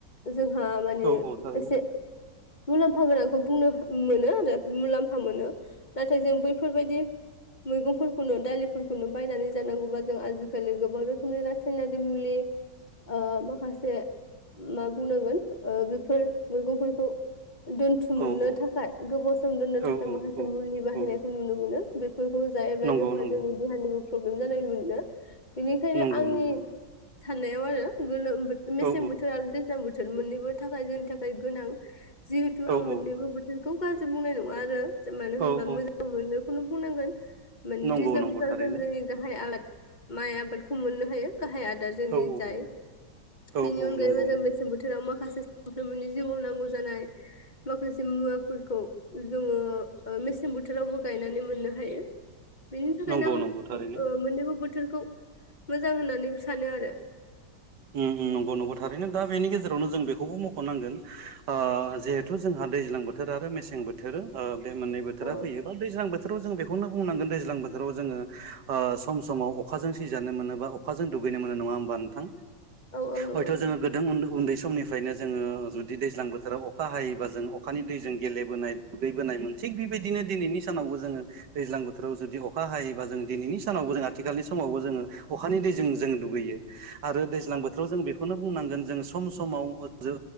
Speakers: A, on the left; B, on the right.
A: जोंहा माने
B: औ औ थारैनो
A: एसे मुलाम्फा गोनांखौ बुंनो मोनो आरो मुलाम्फा मोनो नाथाय जों बैफोरबायदि मैगंफोरखौनो दालिफोरखौनो बायनानै जानांगौबा जों आजिखालि गोबां रोखोमनि रासायनारि मुलि बे ओह माखासे मा बुंनांगोन ओ बेफोर मैगंफोरखौ दोनथुमनो
B: औ औ
A: थाखाय गोबाव सम दोननो थाखाय
B: औ औ
A: माखासे मुलि बाहायनायखौ
B: औ
A: नुनो मोनो बेफोरखौ जायोब्ला
B: नंगौ
A: जोंहा
B: नंगौ
A: जोंनि देहानिबो प्रब्लेम जानाय मोनो। बेनिखायनो
B: नंगौ
A: आंनि
B: नंगौ
A: साननायाव आरो गोलोम बोथ मेसें
B: औ
A: बोथोर आरो दैज्लां बो थोर मोननैबो थाखाय जोंनि थाखाय गोनां जिहेथु
B: औ
A: आं मोननैबो
B: औ
A: बोथोर खौ गाज्रि बुंनाय नङा आरो मानो होनोबा
B: औ औ
A: मोजां मोनोखौनो बुंनांगोन। माने
B: नंगौ
A: दैज्लां
B: नंगौ
A: बोथोराव
B: थारैनो
A: जों जोंनि गाहाय आबाद माइ आबादखौ मोननो हायो गाहाय आदार जोंनि
B: औ
A: जाय बेनि
B: औ
A: अनगायैबो
B: औ नंगौ
A: जों मेसें बोथोर जेराव माखासे सामफ्रोमनि जिउआव नांगौ जानाय माखासे मुवाफोरखौ जोङो ओ मेसें बोथोरावबो गायनानै मोननो हायो। बेनि थाखायनो
B: नंगौ
A: आं
B: नंगौ थारैनो
A: ओ मोननैबो बोथोरखौ मोजां होननानै सानो आरो।
B: उम नंगौ नंगौ थारैनो दा बेनि गेजेरावनो जों बेखौबो मख'नांगोन ओ जिहेथु जोंहा दैज्लां बोथोर आरो मेसें बोथोर ओ बे मोननै बोथोरा
A: औ
B: फैयो बा दैज्लां बोथ थोराव जों बेखौनो बुंनांगोन दैज्लां बोथोराव जोङो ओ सम समाव अखाजों सिजानो मोनोबा अखाजों दुब गैनो मोनो नङा होमबा नोंथां
A: औ औ नंगौ
B: हयथ' जोङो गोदो उन्दु उन्दै समनिफ्रायनो जोङो जुदि दैज्लां बोथोराव अखा हायोबा जों अखानि दैजों गेलेबोनाय गैबोनाय मोनसे थिक बेबायदिनो दिनैनि समावबो जोङो दैज्लां बोथोराव जुदि अखा हायोबा जों दिनैनि सानावबो जों आथिखालनि समावबो जोङो अखानि दै जों जों दुगैयो आरो दैज्लां बोथोराव जों बेखौनो बुंनांगोन जों सम समाव ओ जो